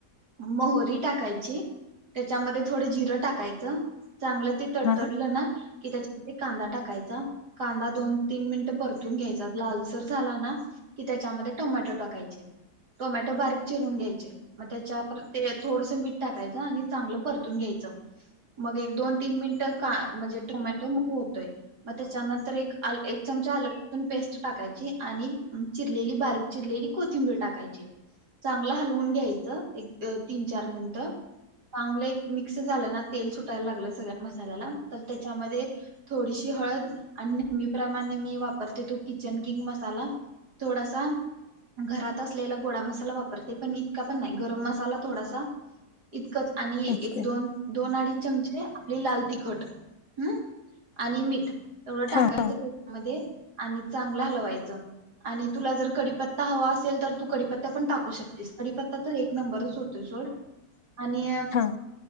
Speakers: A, on the right (about 80°); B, on the left (about 55°).
A: मोहोरी टाकायची -- त्याच्यामध्ये थोडं जिरं टाकायचं, चांगलं ते तडतडलं
B: हा ओके हा
A: ना कि त्याच्यामध्ये कांदा टाकायचा कांदा दोन तीन मिनटं परतून घ्यायचा लालसर झाला ना कि त्याच्यामध्ये टोमॅटो टाकायचे टोमॅटो बारीक चिरून घ्यायचे. मग त्याच्यावर ते थोडस मीठ टाकायचं आणि चांगलं परतून घ्यायचं मग एक - दोन तीन मिनिटं का म्हणजे टोमॅटो मऊ होतोय मग त्याच्यानंतर एक आल एक चमचा आलं. लसूण पेस्ट टाकायची आणि चिरलेली बारीक चिरलेली कोथिंबीर टाकायची. चांगलं हलवून घ्यायचं एक तीन चार मिनटं. चांगलं एक मिक्स झालं ना तेल सुटायला लागलं सगळ्या मसाल्याला तर त्या त्यामध्ये थोडीशी हळद. आणि नेहमीप्रमाणे मी वापरते तो किचन किंग मसाला थोडासा. घरात असलेला गोडा मसाला वापरते पण इतका पण नाही गरम मसाला थोडासा. इतकंच आणि
B: ओके
A: एक दोन दोन अडीच. चमचे आपले लाल तिखट हम्म आणि मीठ. तेवढं टाकायचं
B: हा
A: त्याच्यामध्ये आणि चांगलं हलवायचं आणि तुला जर - कडीपत्ता हवा असेल तर तू कडीपत्ता पण टाकू शक - तोस कडीपत्ता तर एक नंबरच होतोय सोड आणि.
B: हा